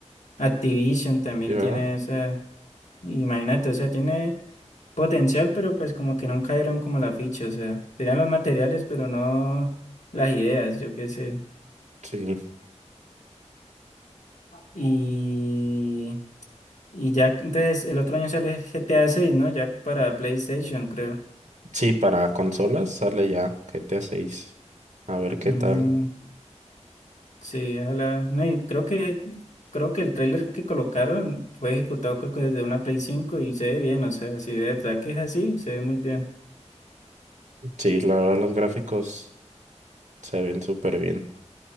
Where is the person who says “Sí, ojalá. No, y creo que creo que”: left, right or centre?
Left